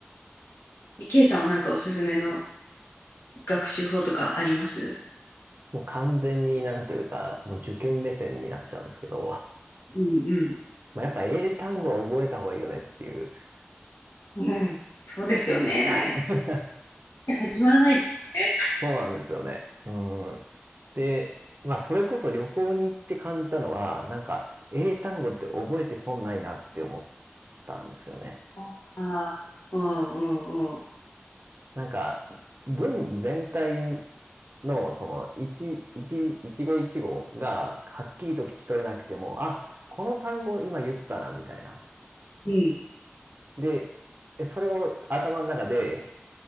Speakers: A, on the left (about 75°); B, on the right (about 55°).
A: ケ K さんはなんかおすすめの学習法とかあります
B: もう完全になんというか、もう受験目線になっちゃうんですけど、<laughs>
A: うん
B: まあ、やっぱ英単語は覚えた方がいいよねっていう。
A: うん。うん、そうですよね。
B: <laughs> そ
A: いや始まらないですね。
B: うなんですよね。うん。で、まあそれこそ旅行に行って感じたのは、なんか英単語って覚えて損ないなって思ったんですよね。
A: ああ、うんうんうん。
B: なんか、文全体の、その、一、一、一語一語が、はっきりと聞き取れなくても、あ、この単語今言ったな、みたいな。
A: うん。
B: で、それを頭の中で